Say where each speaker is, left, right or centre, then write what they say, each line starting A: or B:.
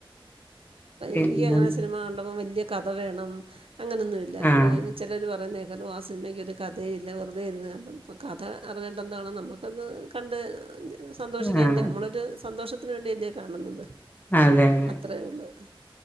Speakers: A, on the left; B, on the right.
A: പിന്നെ
B: എനിക്കങ്ങനെ സിനിമ കണ്ടപ്പം വലിയ കഥ വേണം അങ്ങനെയൊന്നും ഇല്ല
A: ആഹ്
B: ചിലർ പറയുന്നേ <unintelligible> ആ സിനിമക്കൊര് കഥയില്ല വെറുതെ ഇരുന്ന് ക ഇപ്പം കഥ അറിഞ്ഞിട്ട എന്താണ് നമുക്കത് കണ്ട് സന്തോഷിക്കാനല്ലേ
A: ആഹ്
B: നമ്മളൊര് സന്തോഷത്തിന് വേണ്ടിയല്ലേ കാണുന്നത്
A: അതെ അതെ
B: അത്രയേ ഉള്ളൂ.